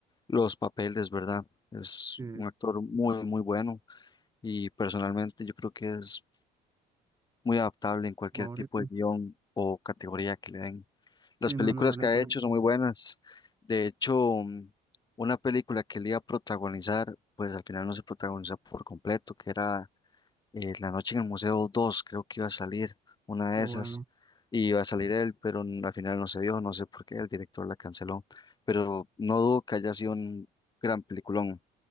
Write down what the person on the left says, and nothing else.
los papeles, ¿verdad? Es
un actor muy, muy bueno y personalmente yo creo que es muy adaptable en cualquier
tipo de guión o categoría que le den.
Las películas
que
ha
hecho son muy buenas. De hecho, mm, una película que él iba a protagonizar, pues al final no se protagonizó por completo, que era eh, La Noche en el Museo 2 creo que iba a salir una
de
esas, y iba a salir él, pero n- al final no se dio, no sé por qué, el director la canceló, pero no dudo que haya sido un gran peliculón.